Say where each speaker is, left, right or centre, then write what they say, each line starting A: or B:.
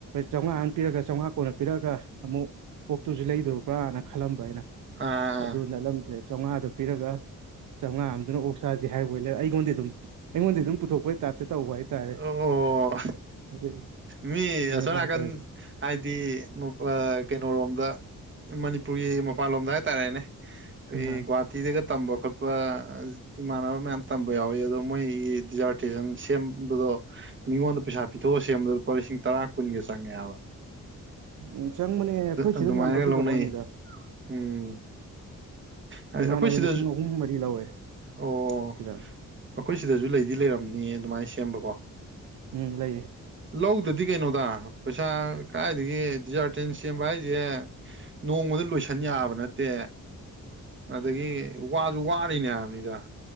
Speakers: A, on the right; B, on the right.
A: ꯆꯧ ꯉꯥꯃ ꯄꯤꯔꯒꯥ ꯆꯧ ꯉꯃꯥ ꯀꯣꯟꯅ ꯄꯤꯔꯛꯑꯒ ꯑꯃꯨꯛ ꯄꯣꯛꯇꯨꯁꯨ ꯂꯩꯗꯣꯕ꯭ꯔꯥꯅ ꯈꯜꯂꯝꯕ ꯑꯩꯅ
B: ꯑꯥ
A: ꯑꯗꯨ ꯅꯠꯂꯝꯗ꯭ꯔꯦ ꯆꯥꯝꯃꯉꯥꯗ ꯄꯤꯔꯒ ꯆꯥꯝꯃꯉꯥ ꯑꯃꯝꯅ ꯑꯣꯛꯁꯥꯁꯦ ꯍꯥꯏꯕ ꯂꯩꯔꯦ ꯑꯩꯉꯣꯟꯗꯤ ꯑꯗꯨꯝ ꯑꯩꯉꯣꯟꯗꯤ ꯑꯗꯨꯝ ꯄꯨꯊꯣꯛꯄꯩ ꯇꯥꯞꯇ ꯇꯧꯕ ꯍꯥꯏꯇꯥꯔꯦ
B: ꯑꯣ
A: ꯑꯗꯨ
B: ꯃꯤ ꯑꯁꯣꯝ
A: ꯃꯥ
B: ꯅꯥꯀꯟ
A: ꯇꯧꯋꯤ
B: ꯍꯥꯏꯗꯤꯨꯛ ꯀꯩꯅꯣꯔꯣꯝꯗ ꯃꯅꯤꯄꯨꯔꯒꯤ ꯃꯄꯥꯟꯂꯣꯝꯗ ꯍꯥꯏꯇꯥꯔꯦꯅꯦ
A: ꯑ
B: ꯑꯩꯈꯣꯏꯒꯤ ꯒꯨꯍꯥꯇꯤꯗꯒ ꯇꯝꯕ ꯈꯣꯠꯄ ꯏꯃꯥꯟꯅꯕ ꯃꯌꯥꯝ ꯇꯝꯕ ꯌꯥꯎꯋꯤ ꯑꯗꯣ ꯃꯣꯏꯒꯤ ꯗꯤꯖꯥꯔꯇꯦꯁꯟ ꯁꯦꯝꯕꯗꯣ ꯃꯤꯉꯣꯟꯗ ꯄꯩꯁꯥ ꯄꯤꯊꯣꯛꯑ ꯁꯦꯝꯕꯗ ꯂꯨꯄꯥ ꯂꯤꯁꯤꯡ ꯇꯔꯥ ꯀꯨꯟꯒ ꯆꯪꯉꯦ ꯍꯥꯏꯕ
A: ꯎꯝ ꯆꯪꯕꯅꯦ ꯑꯩꯈꯣꯏ
B: ꯑꯗꯨꯃꯥꯏꯅꯒ
A: ꯁꯤꯗ ꯃꯌꯥꯝ ꯂꯧꯕꯤꯗꯕ
B: ꯂꯧꯅꯩ
A: ꯋꯥꯅꯤꯗ
B: ꯎꯝ ꯍꯥꯏꯗꯤ
A: ꯏꯃꯥꯟꯅꯕ
B: ꯑꯩꯈꯣꯏ ꯁꯤꯗ
A: ꯂꯤꯁꯤꯡ ꯑꯍꯨꯝ ꯃꯔꯤ ꯂꯧꯋꯦ
B: ꯑꯣ
A: ꯁꯤꯗ
B: ꯑꯩꯈꯣꯏ ꯁꯤꯗꯁꯨ ꯂꯩꯗꯤ ꯂꯩꯔꯝꯅꯤ ꯑꯗꯨꯃꯥꯏꯅ ꯁꯦꯝꯕꯀꯣ
A: ꯎꯝ ꯂꯩꯌꯦ
B: ꯂꯧꯗꯗꯤ ꯀꯩꯅꯣꯗ ꯄꯩꯁꯥ ꯀꯥꯏꯗꯒꯤ ꯗꯤꯖꯥꯔꯇꯦꯟ ꯁꯦꯝꯕ ꯍꯥꯏꯁꯦ ꯅꯣꯡꯃꯗ ꯂꯣꯏꯁꯟ ꯌꯥꯕ ꯅꯠꯇꯦ ꯑꯗꯒꯤ ꯋꯥꯁꯨ ꯋꯥꯔꯤꯅꯦ ꯍꯥꯏꯕꯅꯤꯗ